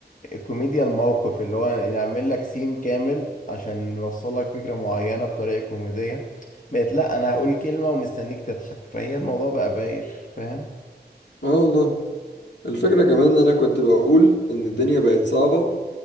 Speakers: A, on the left; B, on the left.
A: كوميديا الموقف اللي هو يعمل لك سين كامل عشان يوصل لك فكرة معينة بطريقة كوميدية بقت لا انا هقول كلمة ومستنيك تضحك فهي الموضوع بقى بايخ فاهم
B: اه والله الفكره كمان ان انا كنت بقول ان الدنيا بقت صعبه